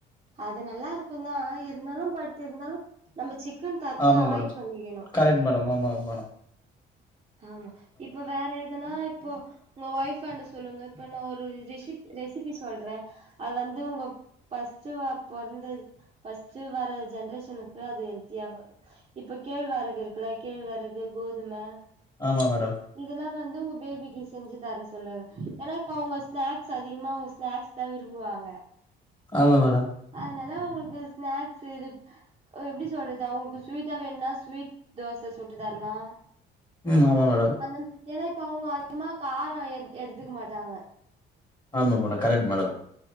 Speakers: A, on the right; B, on the left.
A: அது நல்லா இருக்கு தா இருந்தாலு பட் இருந்தாலு நம்ம சிக்கன் தர்த்து
B: ஆமா
A: அவாய்ட்
B: மேடம்
A: பண்ணிக்கணு
B: கரெக்ட் மேடம் ஆமாங்க மேடம்
A: ஆமா இப்ப வேற எதுனா இப்போ உங்க ஒயஃப் பாண்ட சொல்லுங்க இப்ப நா ஒரு ரெசிப் ரெசிபி சொல்ற அது வந்து உங்க ஃபர்ஸ்ட் வ புறந்தது ஃபர்ஸ்ட் வர ஜென்ரேஷனுக்கு அது ஹெல்த்தியாவா இப்ப கேழ்வரகு இருக்குல்ல கேழ்வரகு கோதும
B: ஆமா மேடம்
A: இதெல்லா வந்து உங்க பேபிக்கு செஞ்சு தார சொல்லுங்க ஏன்னா இப்ப அவங்க ஸ்நாக்ஸ் அதிகமா அவுங்க ஸ்நாக்ஸ் தா விரும்புவாங்க
B: ஆமா மேடம்
A: அதனால உங்களுக்கு ஸ்நாக்ஸ் இத் இது எப்டி சொல்றது அவங்களுக்கு ஸ்வீட்டா வேணும்னா ஸ்வீட் தோச சுட்டு தரலா
B: ம் ஆமா மேடம்
A: அண்ணன் ஏன்னா இப்ப அவங்க அதிகமா கார எ எடுத்துக்க மாட்டாங்க
B: ஆமா மேடம் கரெக்ட் மேடம்